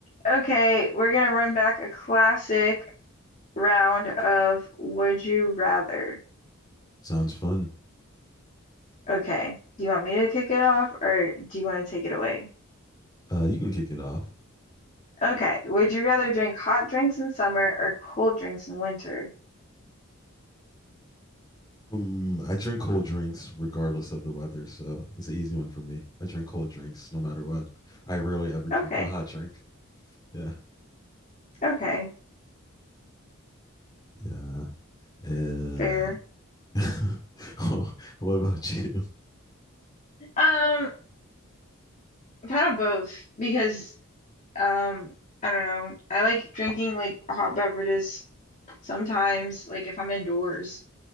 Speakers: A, on the left (about 35°); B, on the left (about 20°).
A: Okay, we're gonna run back a classic round of Would You Rather.
B: Sounds fun.
A: Okay, do you want me to kick it off or do you want to take it away?
B: Uh, you can kick it off.
A: Okay, would you rather drink hot drinks in summer or cold drinks in winter?
B: Um, I drink cold drinks regardless of the weather, so it's an easy one for me. I drink cold drinks no matter what. I rarely ever drink
A: Okay,
B: a hot drink. Yeah,
A: okay,
B: yeah, yeah.
A: fair.
B: <laughs> Oh, what about you?
A: Um, kind of both because um, I don't know. I like drinking like hot beverages sometimes, like if I'm indoors.